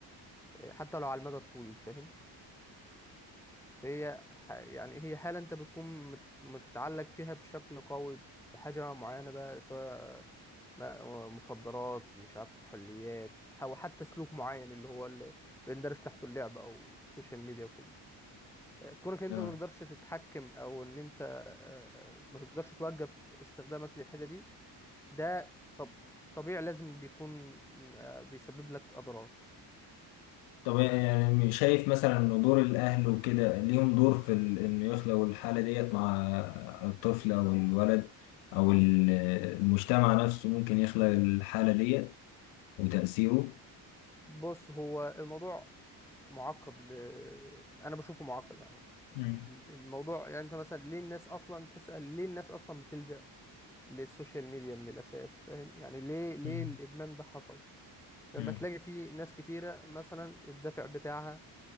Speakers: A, in the centre; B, on the left (about 85°).
A: حتى لو على المدى الطويل فاهم فهي ح... يعني هي حالة انت بتكون مت... متعلق فيها بشكل قوي بحاجة معينة بقى سواء م- مخدرات مش عارف كحوليات أو حتى سلوك معين اللي هو اللي بندرج تحته اللعب أو السوشيال ميديا وكده آه، كونك انت
B: مم.
A: ما تقدرش تتحكم او ان انت آه، ما تقدرش توقف استخدامك للحاجة دي ده طب طبيعي لازم بيكون آه، بيسبب لك اضرار
B: طب يعني شايف مثلا ان دور الاهل وكده ليهم دور في ال- انه يخلقوا الحاله ديت مع الطفل او الولد او ال- المجتمع نفسه ممكن يخلق الحاله ديت وتاثيره
A: بص هو الموضوع معقد ل... انا بشوفه معقد يعني
B: مم.
A: الموضوع يعني انت مثلا ليه الناس اصلا تسأل ليه الناس اصلا بتلجأ للسوشيال ميديا من الاساس فاهم يعني ليه ليه
B: مم.
A: الادمان ده حصل فما
B: مم.
A: تلاقي في ناس كتيرة مثلا الدافع بتاعها